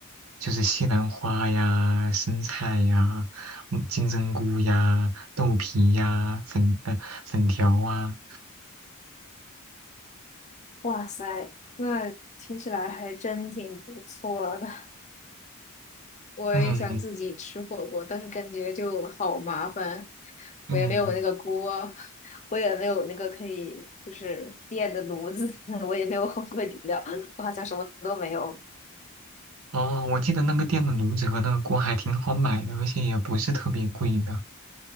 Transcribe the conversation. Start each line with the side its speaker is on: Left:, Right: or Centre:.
Right: 就是西兰花呀、生菜呀、嗯金针菇呀、豆皮呀、粉呃粉条啊，
Left: 哇塞，那听起来还真挺不错的。我也想自己吃火锅，
Right: 嗯
Left: 但是感觉就好麻烦，
Right: 嗯，
Left: 我也没有那个锅，我也没有那个可以就是电的炉子，<laughs> 我也没有火锅底料，我好像什么都没有。
Right: 哦，我记得那个店的炉子和那个锅还挺好买的，而且也不是特别贵的。